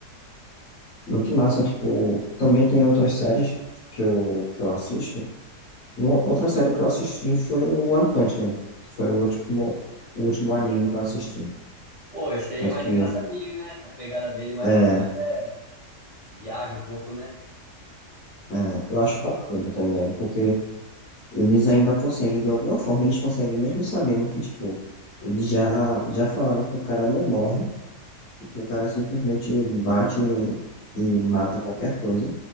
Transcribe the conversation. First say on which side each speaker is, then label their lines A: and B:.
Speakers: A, on the left; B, on the left.
A: Muito massa, tipo, também tem outras séries que eu, que eu assisto. Uma- Outra série que eu assisti foi o One Punch Man, que foi o último, o último anime que eu assisti.
B: Pô, esse aí
A: Tanto
B: é mais
A: que
B: engraçadinho, né? A pegada dele mais,
A: é,
B: é- mais é viaja um pouco, né?
A: é, eu acho bacana, tá ligado? Porque eles ainda conseguem, de alguma forma, eles conseguem, mesmo sabendo que, tipo, eles já, já falaram que o cara não morre, Porque o cara simplesmente bate e, e mata qualquer coisa.